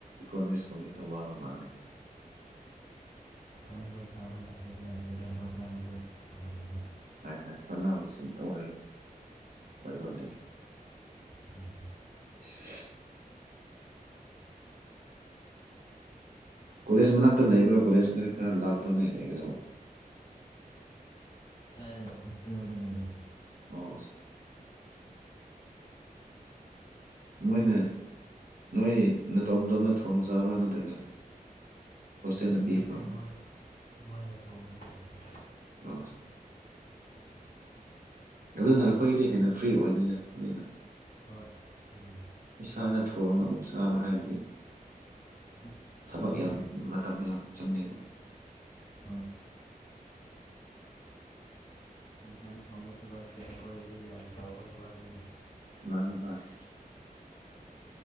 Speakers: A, on the right; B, on the left.
A: ꯏꯀꯣꯅꯣꯃꯤꯛꯁꯀꯨꯝꯕꯗꯤ ꯈꯔ ꯋꯥꯕ ꯃꯥꯟꯅꯩ
B: ꯁꯣꯟꯕ ꯐꯥꯕ ꯑꯩꯕ ꯂꯥꯏꯇꯦꯗ ꯍꯣꯠꯂꯕꯗ ꯂꯩꯅꯤꯗ
A: ꯍꯥꯏ ꯍꯥꯏ ꯍꯣꯠꯁꯨ ꯑꯣꯏ ꯑꯣꯏꯕꯕꯨꯗꯤ
B: ꯎꯝ
A: <unintelligible> <inaudible> ꯀꯣꯂꯦꯖ ꯃꯅꯥꯛꯇ ꯂꯩꯕ꯭ꯔꯥ ꯀꯣꯂꯦꯖ ꯈꯔ ꯈꯔ ꯂꯥꯞꯄ꯭ꯔꯥ ꯅ ꯂꯩꯕꯗꯕꯨ
B: ꯑꯦ ꯍꯣꯁꯇ ꯍꯗ ꯂꯩꯦ
A: ꯑꯣ ꯃꯣꯏꯅ ꯅꯣꯏ ꯇꯣꯝꯇꯣꯝꯅ ꯊꯣꯡ ꯆꯥꯕ꯭ꯔꯥ ꯅꯠꯇ꯭ꯔꯒ ꯍꯣꯁꯇꯦꯜꯅ ꯄꯤꯕ꯭ꯔꯣ
B: ꯅꯠꯇꯦ ꯃꯣꯏ ꯃꯣꯏꯅ ꯊꯣꯡꯕ ꯄꯤꯗꯦ
A: ꯑ ꯑꯗꯨꯅ ꯑꯩꯈꯣꯏꯗꯤ ꯍꯦꯟꯅ ꯐ꯭ꯔꯤ ꯑꯣꯏꯗꯣꯏꯅꯦ ꯑꯗꯨꯅ
B: ꯍꯣꯏ ꯎꯝ
A: ꯏꯁꯥꯗ ꯊꯣꯡꯒ ꯑꯃꯨꯛ ꯆꯥꯕ ꯍꯥꯏꯕꯗꯤ
B: ꯑꯁ
A: ꯊꯕꯛ
B: ꯑꯗꯨꯗꯤ
A: ꯌꯥꯝ ꯃꯇꯝ ꯌꯥꯝ ꯆꯪꯉꯦꯕ
B: ꯍꯣꯏ ꯍꯛꯉꯥꯡ ꯊꯣꯡꯕ ꯊꯕꯛꯁ ꯑꯩꯈꯣꯏꯒꯤꯗꯤ ꯌꯥꯝ ꯆꯥꯎꯕ ꯊꯕꯛꯅꯤꯅꯦ
A: ꯃꯥꯅꯦ ꯃꯥꯅꯦ